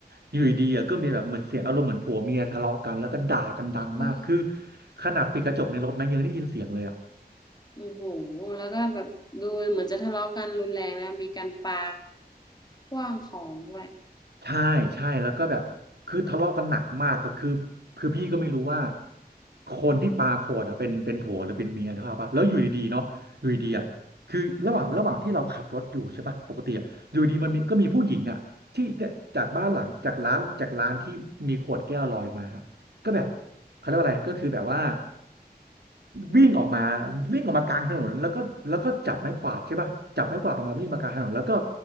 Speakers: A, on the right; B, on the left.
A: อยู่ดีๆอะก็มีแบบเหมือนเสียงอารมณ์เหมือนผัวเมียทะเลาะกันแล้วก็ด่ากันดังมากคือ
B: เออ
A: ขนาดปิดกระจกในรถนะยังได้ยินเสียงเลยอ่ะ
B: โอ้โหแล้วก็แบบดูเหมือนจะทะเลาะกันรุนแรงนะมีการปาขว้างของด้วย
A: ใช่ใช่แล้วก็แบบคือทะเลาะกันหนักมากก็คือคือพี่ก็ไม่รู้ว่าคนที่ปาขวดอะเป็นเป็นผัวหรือเป็นเมียนะครับปะแล้วอยู่ดีๆเนาะอยู่ดีๆอะคือระหว่างระหว่างที่เราขับรถอยู่ใช่ปะปกติอะอยู่ดีมันมีก็มีผู้หญิงอะที่เนี่ยจากบ้านหลังจากร้านจากร้านที่มีขวดแก้วลอยมา
B: ค่ะ
A: ก็แบบเขาเรียกว่าอะไรก็คือแบบว่าวิ่งออกมาวิ่งออกมากลางถนนแล้วก็แล้วก็จับไม้กวาดใช่ป่ะจับไม้กวาดออกมาวิ่งมากลางถนนแล้วก็